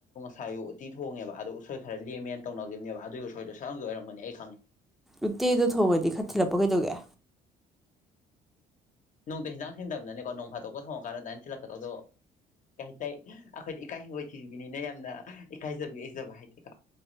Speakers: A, on the left; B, in the centre.
A: ꯁꯥꯏꯌꯨ ꯎꯇꯤ ꯊꯣꯡꯉꯦꯕ ꯑ ꯎꯁꯣꯏ ꯈꯔ ꯂꯦꯝꯃꯦꯅ ꯇꯧꯅꯈꯤꯕꯅꯦꯕ ꯑꯗꯨꯒꯤ ꯎꯁꯣꯏꯗꯣ ꯁꯛꯝꯗ ꯑꯣꯏꯔꯝꯒꯅꯤ ꯑꯩ ꯈꯪꯉꯦ
B: ꯎꯠꯇꯤꯗ ꯊꯣꯡꯉꯗꯤ ꯈꯠ ꯊꯤꯜꯂꯛꯄ ꯀꯩꯗꯧꯒꯦ
A: ꯅꯅꯨꯡꯇ ꯍꯤꯟꯖꯥꯡ ꯊꯦꯡꯗꯕꯅꯅꯦꯀꯣꯣꯡ ꯐꯥꯇꯣꯛꯀ ꯊꯣꯡꯉꯑꯥꯟ ꯑꯗꯨꯥꯏꯅ ꯊꯜꯛꯀꯗꯧꯗꯣ ꯀꯩ ꯍꯥꯏꯇꯥꯏ ꯑꯩꯈꯣꯏꯗꯤ ꯏꯀꯥꯏ ꯍꯪꯒꯣꯏ ꯊꯤꯔꯤꯕꯅꯤꯅ ꯌꯥꯝꯅ ꯏꯀꯥꯏꯖꯕꯤ ꯏꯖꯕ ꯍꯥꯏꯇꯥꯔꯦꯀꯣ